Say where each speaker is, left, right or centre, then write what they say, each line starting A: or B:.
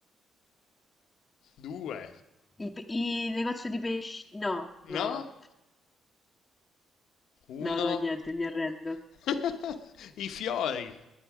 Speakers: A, on the left (about 80°); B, on the left (about 20°).
A: 2.
B: il, pe- il negozio di pesci. No,
A: No?
B: no, no.
A: Uno.
B: No, no, niente, mi arrendo.
A: <laughs> I fiori,